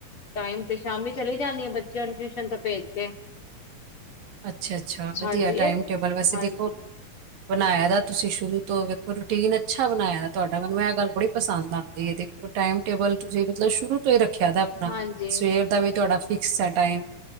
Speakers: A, on the left (about 40°); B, on the right (about 70°).
A: ਟਾਈਮ 'ਤੇ ਸ਼ਾਮੀ ਚਲੀ ਜਾਣੀ ਆ ਬੱਚਿਆਂ ਨੂੰ ਟਿਊਸ਼ਨ ਤੋਂ ਭੇਜ ਕੇ।
B: ਅੱਛਾ-ਅੱਛਾ ਵਧੀਆ
A: ਹਾਂਜੀ
B: ਟਾਈਮ
A: ਇਹ
B: ਟੇਬਲ ਵੈਸੇ
A: ਹਾਂਜੀ
B: ਦੇਖੋ ਬਣਾਇਆ ਦਾ ਤੁਸੀਂ ਸ਼ੁਰੂ ਤੋਂ ਵੇਖੋ ਰੂਟੀਨ ਅੱਛਾ ਬਣਾਇਆ ਦਾ ਤੁਹਾਡਾ ਮੈਨੂੰ ਐ ਗੱਲ ਬੜੀ ਪਸੰਦ ਆਂ ਦੀ ਏ ਦੇ ਟਾਈਮ ਟੇਬਲ ਤੁਸੀਂ ਮਤਲਬ ਸ਼ੁਰੂ ਤੋਂ ਏ ਰੱਖਿਆ ਦਾ ਆਪਣਾ
A: ਹਾਂਜੀ
B: ਸਵੇਰ ਦਾ ਵੀ ਤੁਹਾਡਾ ਫਿਕਸ ਐ ਟਾਈਮ।